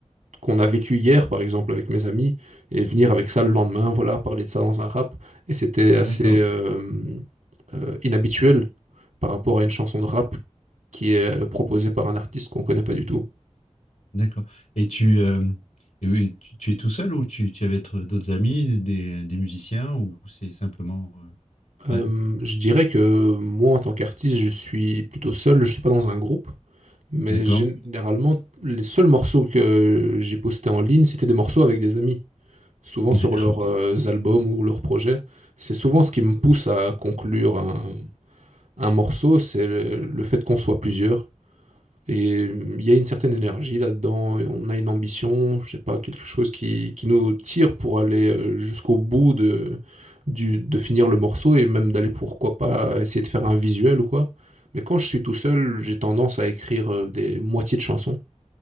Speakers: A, on the right; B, on the left.
A: qu'on a vécu hier, par exemple, avec mes amis, et venir avec ça le lendemain, voilà, parler de ça dans un rap. Et c'était assez
B: D'accord,
A: euh, euh, inhabituel par rapport à une chanson de rap qui est euh, proposée par un artiste qu'on connaît pas du tout.
B: d'accord. Et tu, euh, et oui, tu, tu es tout seul ou tu, tu es avec d'autres amis, des, des musiciens ou c'est simplement. euh,
A: Euh,
B: pas-
A: je dirais que moi, en tant qu'artiste, je suis plutôt seul, je suis pas dans un groupe, mais
B: d'accord,
A: généralement, les seuls morceaux que j'ai postés en ligne, c'était des morceaux avec des amis, souvent
B: d'accord,
A: sur leurs euh, albums ou leurs projets. C'est souvent ce qui me pousse à conclure un, un morceau, c'est le, le fait qu'on soit plusieurs. Et euh, il y a une certaine énergie là-dedans, et on a une ambition, je sais pas, quelque chose qui, qui nous tire pour aller euh, jusqu'au bout de, du, de finir le morceau et même d'aller pourquoi pas essayer de faire un visuel ou quoi. Mais quand je suis tout seul, j'ai tendance à écrire euh, des moitiés de chansons.